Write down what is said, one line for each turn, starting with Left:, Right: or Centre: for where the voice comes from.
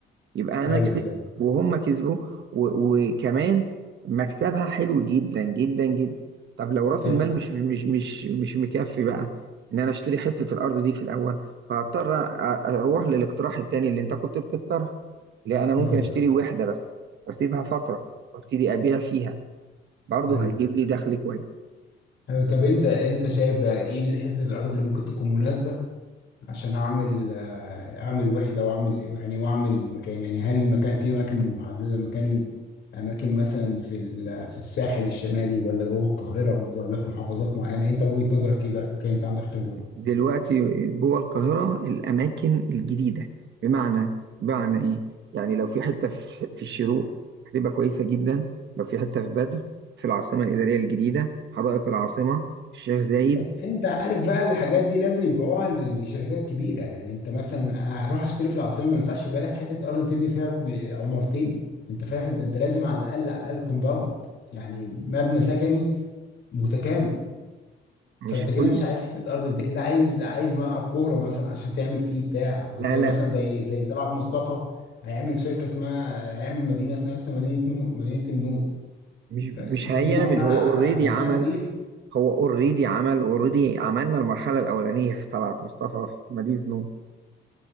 Right: يبقى انا
Left: ايوه
Right: كسبت
Left: فاهم
Right: وهم كسبوا و- وكمان مكسبها حلو جدا جدا جدا طب لو راس
Left: طبعا
Right: المال مش مش مش مش مكفي بقى ان انا اشتري حتة الارض دي في الاول فهضطر أ- اروح للاقتراح التاني اللي انت كنت بتقترحه لا انا
Left: مم.
Right: ممكن اشتري وحدة بس واسيبها فترة وابتدي ابيع فيها برضه
Left: ايوه
Right: هتجيب لي دخل كويس
Left: ايوه طب انت انت شايف بقى ايه حتة الارض اللي ممكن تكون مناسبة عشان اعمل آه، اعمل وحدة واعمل يعني واعمل مكان يعني هل المكان في اماكن محددة مكان اماكن مثلا في ال- في الساحل الشمالي ولا جوه القاهرة ولا في محافظات معينة انت وجهة نظرك ايه بقى كان انت عندك خبرة
Right: دلوقتي جوه القاهرة الأماكن الجديدة بمعنى بمعنى إيه؟ يعني لو في حتة في في الشروق هتبقى كويسة جدا لو في حتة في بدر في العاصمة الإدارية الجديدة حدائق العاصمة الشيخ زايد
Left: بس انت عارف بقى الحاجات دي لازم يبيعوها ل- لشركات كبيره يعني انت مثلا هروح اشتري في العاصمه ما ينفعش يبقى لك حته ارض تبني فيها ب- عمارتين انت فاهم ده انت لازم على الاقل على الاقل كومباوند يعني مبنى سكني متكامل
Right: مش
Left: فانت كده
Right: كل
Left: مش عايز حته ارض انت كده عايز عايز ملعب كوره مثلا عشان تعمل فيه بتاع وزي
Right: لا لا
Left: مثلا زي زي طلعت مصطفى هيعمل شركه اسمها هيعمل مدينه اسمها نفس مدينه نور مدينه النور
Right: مش
Left: فانت
Right: مش هيعمل
Left: دي معموله على
Right: هو
Left: على
Right: اوريدي
Left: على مساحه
Right: عمل
Left: كبيره
Right: هو اوريدي عمل اوريدي عملنا المرحلة الأولانية في طلعت مصطفى في مدينة نوم